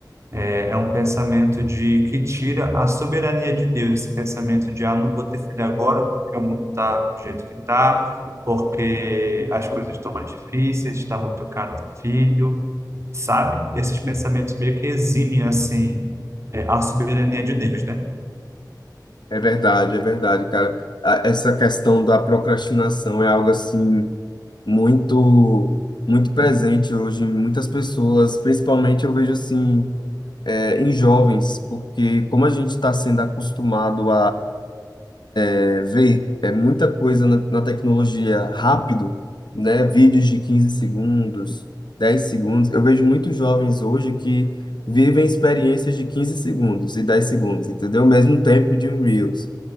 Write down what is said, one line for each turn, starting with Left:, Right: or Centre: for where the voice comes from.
Right: É, é um pensamento de que tira a soberania de Deus, esse pensamento de, ah, não vou ter filho agora porque o mundo está do jeito que está, porque as coisas estão mais difíceis, está muito caro ter filho, sabe? Esses pensamentos meio que eximem, assim, é, a soberania de Deus, né?
Left: É verdade, é verdade, cara. A- Essa questão da procrastinação é algo assim muito, muito presente hoje em muitas pessoas, principalmente eu vejo assim é, em jovens, porque como a gente está sendo acostumado É, ver é muita coisa na, na tecnologia rápido, né? Vídeos de 15 segundos, 10 segundos. Eu vejo muitos jovens hoje que vivem experiências de 15 segundos e 10 segundos, entendeu? Mesmo tempo de um Reels.